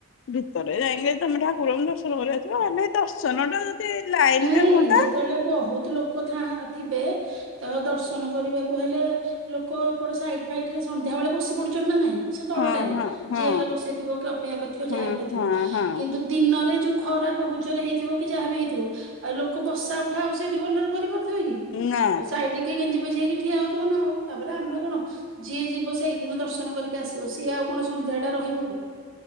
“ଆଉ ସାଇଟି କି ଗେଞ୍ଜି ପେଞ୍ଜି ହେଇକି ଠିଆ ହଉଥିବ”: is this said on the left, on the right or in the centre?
Right